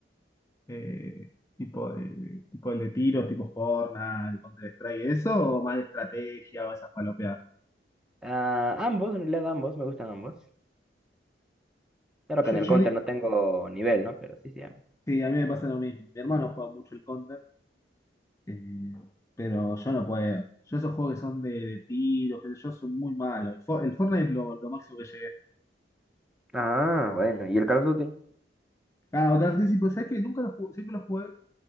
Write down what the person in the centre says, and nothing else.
Ah, ambos, en realidad ambos, me gustan ambos. Claro
que en el
counter
no tengo nivel, ¿no? Pero sí, sí. ambos.
Ah, bueno. ¿Y el Call of Duty?